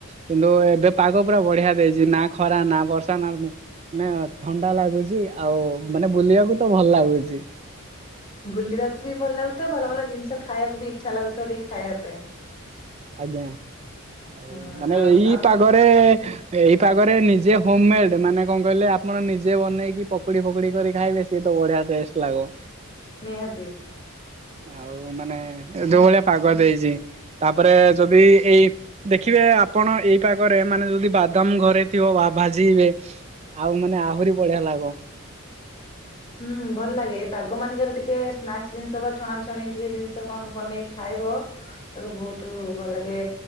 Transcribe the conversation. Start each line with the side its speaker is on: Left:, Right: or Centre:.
Right: କିନ୍ତୁ ଏବେ ପାଗ ପୁରା ବଢିଆ ଦେଇଛି ନା ଖରା ନା ବର୍ଷା <unintelligible> ମାନେ ଥଣ୍ଡା ଲାଗୁଛି ଆଉ ମାନେ ବୁଲିବାକୁ ତ ଭଲ ଲାଗୁଛି।
Left: ବୁଲିବାକୁ ବି ଭଲ ଲାଗୁଥିବ ଭଲ ଭଲ ଜିନିଷ ଖାଇବାକୁ ବି ଇଚ୍ଛା ଲାଗୁଥିବ ଟିକେ ଖାଇବା ପାଇଁ।
Right: ଆଜ୍ଞା ଆଉ
Left: ହଁ
Right: ମାନେ
Left: ଆଉ
Right: ଏଇ
Left: ଆପଣ
Right: ପାଗରେ ଏଇ ପାଗରେ ନିଜେ ହୋମ୍ ମେଡ୍ ମାନେ କଣ କହିଲେ ଆପଣ ନିଜେ ବନେଇକି ପକୁଡି ଫକୁଡି କରି ଖାଇବେ ସିଏ ତ ବଢିଆ ଟେଷ୍ଟ ଲାଗବ।
Left: ନିହାତି।
Right: ଆଉ ମାନେ ଏ ଯୋଉ ଭଳିଆ ପାଗ ଦେଇଛି ତାପ ତାପରେ ଯଦି ଏଇ ଦେଖିବେ ଆପଣ ଏଇ ପାଗରେ ମାନେ ଯଦି ବାଦାମ ଘରେ ଥିବ ବା ଭାଜିିବେ ଆଉ ମାନେ ଆହୁରି ବଢିଆ ଲାଗବ।
Left: ହୁଁ ଭଲ ଲାଗେ ଏଇ ପାଗ ମାନଙ୍କରେ ଟିକେ ସ୍ନାକସ୍ ଜିନିଷ ବା ଛଣା ଛଣି ଟିକେ ଜିନିଷ କଣ ବନେଇକି ଖାଇବ ତାକୁ ବହୁତ ଭଲ ଲାଗେ